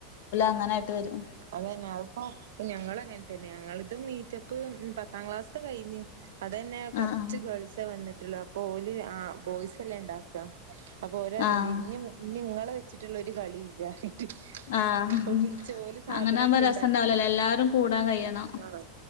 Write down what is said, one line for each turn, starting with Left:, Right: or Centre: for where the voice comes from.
Left: അങ്ങനായിട്ട് വരും
Right: അതന്നെ അതിപ്പൊ ഞങ്ങളും അങ്ങനെ തന്നെ ഞങ്ങളിത് മീറ്റപ്പ് പത്താം ക്ലാസ്ത്തെ കഴിഞ്ഞ് അതന്നെ കുറച്ച്
Left: ആഹ്
Right: ഗേൾസേ വന്നി ട്ടുള്ളെ അപ്പോല് ആ ബോയ്സെല്ലേണ്ടാക്ക അപ്പൊ ഓരറയിണ്ട്
Left: ആഹ്
Right: ഇന്നി ഇങ്ങളെ വച്ച് വച്ചിട്ടുള്ളൊരു കളിയില്ല പറഞ്ഞിട്ട്
Left: ആഹ് ആഹ്
Right: ഇപ്പവിളിച്ചോല് സാധനൊക്കെണ്ടാക്കി
Left: അങ്ങനാവുമ്പോ രസണ്ടാവൂലല്ലോ എല്ലാരും കൂടാൻ കഴിയണം
Right: ആഹ്